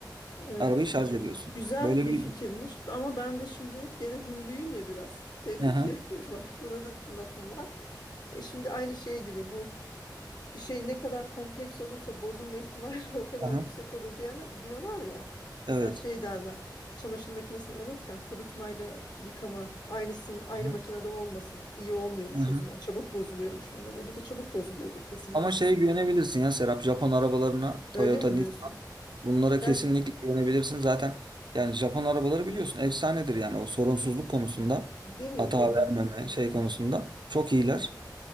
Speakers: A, on the left; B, on the right.
A: evet.
B: arabayı şarj ediyorsun.
A: Güzel
B: Böyle
A: bir
B: bir...
A: fikirmiş ama ben de şimdi gene huyluyum ya biraz. Dedim
B: Aha,
A: ki <laughs> bak buna da lafım var. E şimdi aynı şey gibi bu bir şey ne kadar kompleks olursa bozulma ihtimali <laughs> o kadar
B: aha,
A: yüksek olur diye, diyorlar ya. Mesela
B: evet.
A: şey derler çamaşır makinesini alırken kurutmayla yıkama aynısın aynı
B: Aha,
A: makinede olmasın iyi olmuyormuş
B: aha.
A: o zaman çabuk bozuluyormuş onlar. E, bu da çabuk bozuluyordur kesin
B: Ama
A: ben sana.
B: şey güvenebilirsin ya Serap Japon arabalarına
A: Öyle
B: Toyota,
A: mi
B: Nissan
A: diyorsun?
B: Bunlara kesinlikle
A: Gerçi
B: güvenebilirsin. Zaten yani Japon arabaları biliyorsun efsanedir yani o sorunsuzluk konusunda
A: değil mi
B: hata
A: bu
B: vermeme şey konusunda çok iyiler.